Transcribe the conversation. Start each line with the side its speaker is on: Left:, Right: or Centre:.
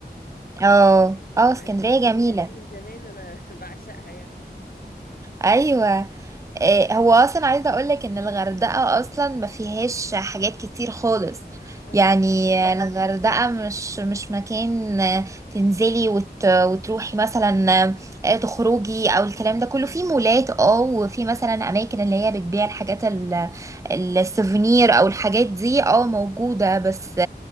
Right: اه اه
Left: فالاسكندرية
Right: اسكندرية جميلة
Left: دي من زمان أنا <laughs> بعشقها يعني
Right: ايوه إيه، هو اصلا عايزه اقولك ان الغردقه اصلا ما فيهاش حاجات كتير خالص
Left: اه
Right: يعني الغردقه مش مش مكان آه، تنزلي وت وتروحي مثلا آه، تخرجي او الكلام ده كله في مولات اه وفي مثلا اماكن اللي هي بتبيع الحاجات ال- السوفينير او الحاجات دي اه موجوده بس